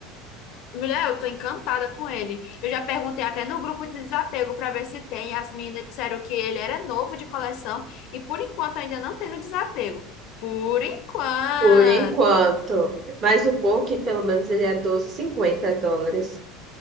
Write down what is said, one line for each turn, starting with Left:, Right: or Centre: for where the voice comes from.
Left: Mulher, eu tô encantada com ele. Eu já perguntei até no grupo de desapego pra ver se tem. As meninas disseram que ele era novo de coleção e por enquanto ainda não tem no desapego. Por enquanto.
Right: Por enquanto. Mas o bom é que pelo menos ele é doze e cinquenta dólares.